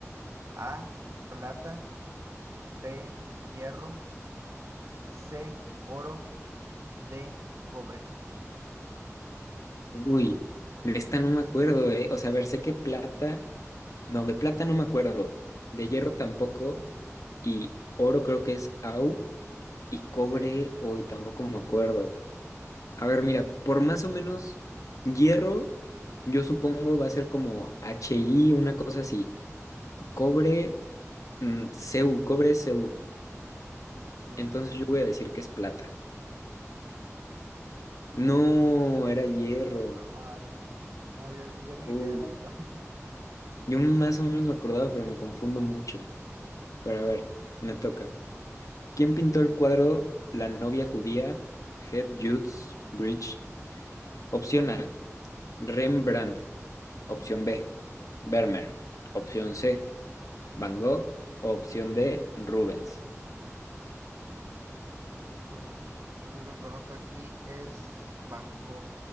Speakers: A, on the right; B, on the left.
A: A, plata, B, hierro, C, oro, D, cobre.
B: Uy, de esta no me acuerdo, ¿eh? O sea, a ver, sé que plata, no, de plata no me acuerdo, de hierro tampoco, y oro creo que es AU y cobre,
A: Sí,
B: hoy tampoco me acuerdo. A ver, mira, por más o menos hierro, yo supongo va a ser como HI, una cosa así. Cobre, mm, CU, cobre es CU.
A: sí,
B: Entonces yo voy a decir que es plata. No, era
A: er-
B: hierro.
A: era hierro. Ay, sí. No, yo, yo ni
B: Uy,
A: idea, la verdad. <laughs>
B: yo más o menos me acordaba, pero
A: Sí.
B: me confundo mucho. Pero a ver, me toca. ¿Quién pintó el cuadro La novia judía? Head Jude's Bridge. Opción A. Rembrandt, opción B. Vermeer, opción C. Van Gogh, opción D. Rubens.
A: Uf, lo único que conozco aquí es Van Gogh